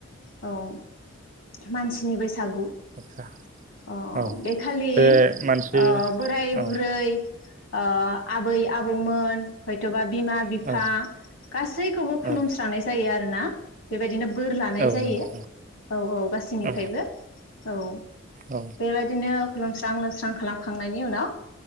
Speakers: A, on the left (about 70°); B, on the right (about 40°).
A: औ मानसि नि बै सागु
B: आदसा
A: ओ
B: औ
A: बे खालि
B: बे मानसि
A: ओ बोराय
B: औ
A: बुरै ओ आबै आबौमोन हयथ'बा बिमा बिफा
B: औ
A: गासैखौबो खुलुमस्रांनाय
B: औ
A: जायो। यो आरोना बेबायदिनो। बोर लानाय
B: औ
A: जायो
B: नंगौ
A: औ औ गासैनिफ्रायबो।
B: नंगौ
A: औ।
B: औ
A: बेबायदिनो खुलुमस्रां लोंस्रां खालामखांनायनि उनाव,